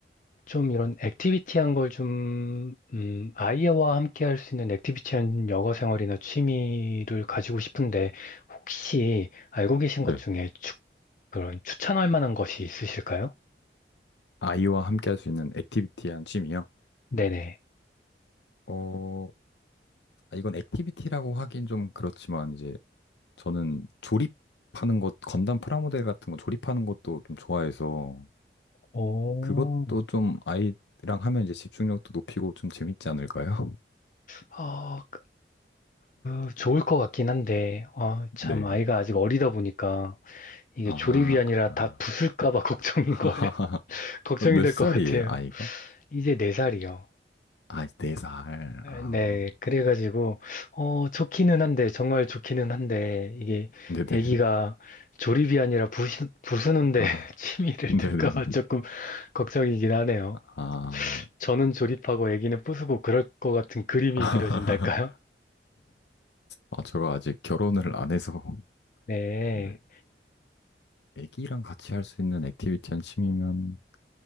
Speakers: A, on the left; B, on the left.
A: 좀 이런 액티비티한 걸 좀, 음, 아이와 함께 할 수 있는 액티비티한 여가 생활이나 취미를 가지고 싶은데, 혹시 알고 계신 것
B: 네.
A: 중에 추, 그런 추천할 만한 것이 있으실까요?
B: 아이와 함께 할 수 있는 액티비티한 취미요?
A: 네네.
B: 어, 아, 이건 액티비티라고 하긴 좀 그렇지만, 이제 저는 조립하는 것, 건담 프라모델 같은 거 조립하는 것도 좀 좋아해서,
A: 오,
B: 그것도 좀 아이랑 하면 이제 집중력도 높이고 좀 재밌지 않을까요?
A: 아 그, 그 좋을 것 같긴 한데, 아
B: <laughs>
A: 참,
B: 네.
A: 아이가 아직 어리다 보니까, 이게
B: 아,
A: 조립이 아니라
B: 아.
A: 다 부술까 봐 <laughs> 걱정인
B: <laughs>
A: 거예요. <laughs> 걱정이
B: 몇
A: 될
B: 살이에요,
A: 것 같아요.
B: 아이가?
A: 이제 네살이요
B: 아, 네 살.
A: 아,
B: 아,
A: 네, 그래가지고, 어, 좋기는 한데, 정말 좋기는 한데, 이게
B: 네네.
A: 애기가 조립이 아니라 부시, 부수는데
B: 아,
A: <laughs> 취미를
B: 네네.
A: 들까봐 조금 걱정이긴 하네요.
B: 아,
A: 저는 조립하고 애기는 부수고 그럴 것 같은 그림이
B: <laughs>
A: 그려진달까요?
B: 아, 제가 아직 결혼을 안 해서,
A: <laughs> 네.
B: 근데 애기랑 같이 할 수 있는 액티비티 한 취미면,